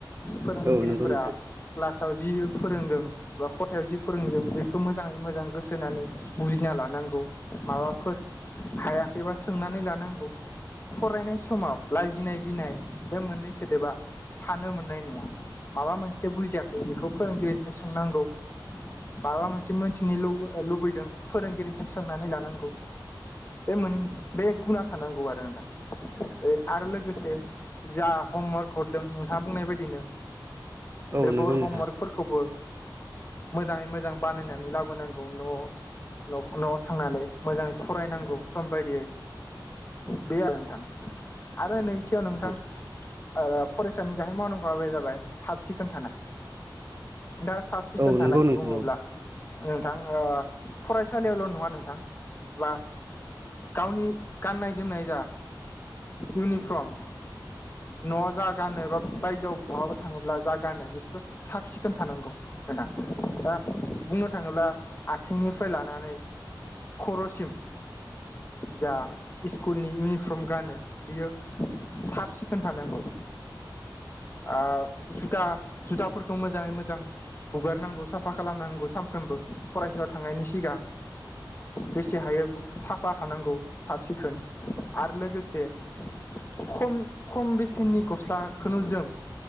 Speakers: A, on the left (about 30°); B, on the right (about 35°).
A: फोरोंगिरिफोरा
B: औ नंगौ नोंथां
A: क्लासाव जि फोरोंदों बा खथायाव जि फोरोंदों बेखौ मोजाङै मोजां गोसो होनानै बुजिना लानांगौ माबाफोर हायाखैबा सोंनानै लानांगौ। फरायनाय समाव लाजिनाय गिनाय बे मोननै सोदोबा थानो मोननाय नङा। माबा मोनसे बुजियाखै बेखौ फोरोंगिरिनिफ्राय सोंनांगौ। माबा मोनसे मोनथिनो लु लुबैदों फोरोंगिरिनिफ्राय सोंनानै लानांगौ। बे मोन बे गुना थानांगौ आरो नोंथां। ओ आरो लोगोसे जा हमवार्क हरदों नोंथाङा बुंनाय बायदिनो
B: औ
A: बेफोर‌
B: नंगौ
A: हमवरक
B: नोंथां
A: फोरखौबो मोजाङै मोजां बानायनानै लाबोनांगौ न' न' न'आव थांनानै मोजाङै फरायनांगौ सम बायदियै। बे आरो नोंथां आरो नै थियाव नोंथां
B: औ
A: आरो फरायसानि गाहाय मावनां जाबाय साब सिखोन थानाय दा साब सिखोन
B: औ
A: थानाय
B: नंगौ नोंथां
A: बुङोब्ला
B: औ
A: नोंथां ओ फरायसालियावल' नङा नोंथां ओ गावनि गाननाय जोमनाय जा इउनिफर्म न'आव जा गानो बा बायजोआव बहाबा थाङोब्ला जा गानो बेफोर साब सिखोन थानांगौ नोंथां दा बुंनो थाङोब्ला आथिंनिफ्राय लानानै खर'सिम जा स्कुलनि इउनिफर्म गानो बियो साब सिखोन थानांगौ। ओ जुथा जुथाफोरखौ मोजाङै मोजां हुगारनांगौ साफा खालामनांगौ सानफ्रोमबो फरायसालियाव थांनायनि सिगां। बेसे हायो साफा थानांगौ साब सिखोन आरो लोगोसे खम खम बेसेननि गस्लाखोनो जोम।